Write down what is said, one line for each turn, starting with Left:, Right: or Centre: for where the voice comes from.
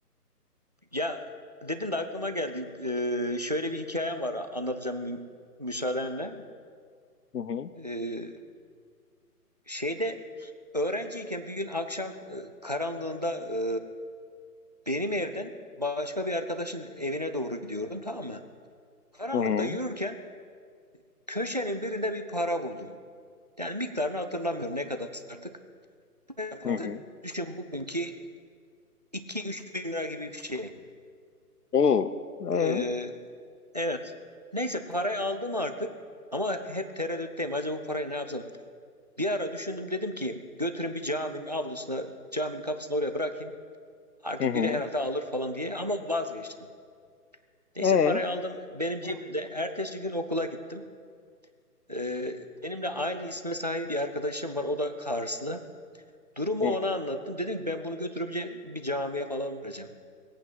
Right: Ya dedin de aklıma geldi. Ee, şöyle bir hikayem var anlatacağım mü- müsaadenle.
Left: Hı hı.
Right: Ee, şeyde öğrenciyken bir gün akşam e, karanlığında e, benim evden başka bir arkadaşın evine doğru gidiyordum tamam mı? Karanlıkta
Left: Hı hı.
Right: yürürken köşenin birinde bir para buldum. Yani miktarını hatırlamıyorum ne kadar artık. Ne kadar?
Left: Hı hı.
Right: Düşün bugünkü iki üç bin lira gibi bir şey.
Left: Oo. Ee,
Right: Ee, Evet. Neyse parayı aldım artık ama hep tereddütteyim. Acaba bu parayı ne yapsam? Bir ara düşündüm dedim ki götürün bir caminin avlusuna, caminin kapısına oraya bırakayım. Artık
Left: hı hı.
Right: biri herhalde alır falan diye ama vazgeçtim. Neyse
Left: Ee,
Right: parayı aldım benim cebimde. Ertesi gün okula gittim. Ee, benimle aynı isme sahip bir arkadaşım var. O da Karslı. Durumu
Left: hı
Right: ona
Left: hı.
Right: anlattım. Dedim ki ben bunu götürüp ce- bir camiye falan vereceğim.